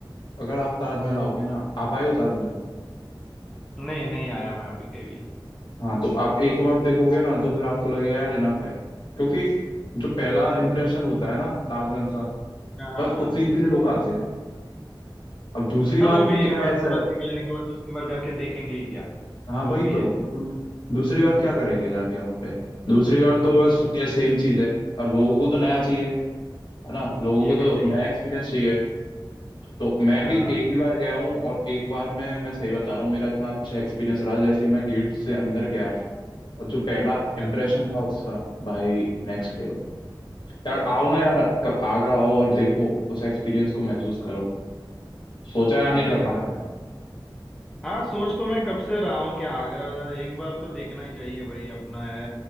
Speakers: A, on the left; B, in the centre.
A: अगर आप ताजमहल आओगे ना आप आए हो ताजमहल
B: नहीं नहीं आया मैं अभी कभी
A: हाँ तो आप एक बार देखोगे ना तो फिर आपको लगेगा यार इनफ है क्योंकि जो पहला इंप्रेशन होता है ना ताजमहल का
B: हाँ हाँ
A: बस
B: हाँ
A: उसी के लिए लोग आते हैं अब दूसरी
B: हाँ
A: बार
B: वो
A: में
B: भी
A: क्या
B: एक बार
A: है ऐसा
B: पूरा
A: है?
B: देख लेने के बाद दूसरी बार जाके देखेंगे ही क्या
A: हाँ
B: वो
A: वही
B: भी
A: तो
B: है
A: दू, दूसरी बार क्या करेंगे जाके वहां पे दूसरी बार तो बस ये सेम चीज है अब लोगों को तो नया चाहिए है ना लोगों
B: ये
A: को तो
B: भी सही
A: नया एक्सपीरियंस चाहिए तो मैं
B: हाँ
A: भी एक ही बार गया हूँ और एक बार में मैं सही बता रहा हूँ मेरा इतना अच्छा एक्सपीरियंस रहा जैसे ही मैं गेट से अंदर गया और जो पहला
B: हाँ,
A: इम्प्रेशन
B: अच्छा
A: था उसका भाई नेक्स्ट लेवल यार आओ ना यार कब आगरा आओ और देखो उस एक्सपीरियंस को महसूस करो सोचा है आने
B: अरे
A: का
B: जर
A: आपने
B: हाँ सोच तो मैं कब से रहा हूँ कि आगरा एक बार तो देखना ही चाहिए भाई अपना है